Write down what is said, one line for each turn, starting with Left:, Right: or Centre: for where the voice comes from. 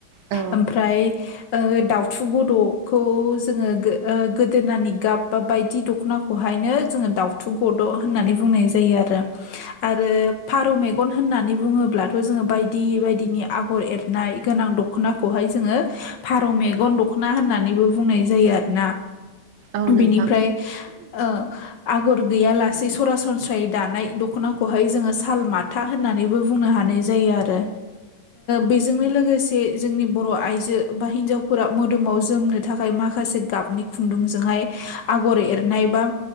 Right: औ
Left: ओमफ्राय ओ दाउथु गद'खौ जोङो गो-गोदोनानि गाब बा बायदि दख'नाखौ बेहायनो जोङो दाउथु गद' होननानै बुंनाय जायो आरो। आरो फारौ मेगन होननानै बुङोब्लाथ' जोङो बायदि बायदिनि आगर एर नाय गोनां दख'नाखौहाय जोङो फारौ मेगन दख'ना होननानैबो बुंनाय जायो आरोना
Right: औ नोंथां
Left: बिनिफ्राय ओ आगर गैयालासे सरासनस्रायै दानाय दख'नाखौहाय जोङो साल माथा होननानैबो बुंनो हानाय जायो आरो बेजोंनो लोगोसे जोंनि बर' आइजो बा हिन्जावफोरा मोदोमाव जोमनो थाखाय माखासे गाबनि खुन्दुंजोंहाय आगर एरनाय बा